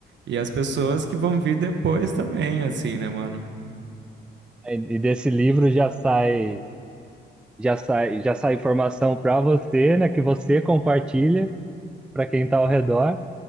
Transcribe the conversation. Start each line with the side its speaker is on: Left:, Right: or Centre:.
Right: E as pessoas que vão vir depois também, assim, né, mano?
Centre: E e desse livro já sai já sai, já sai informação para você, né, que você compartilha para quem está ao redor,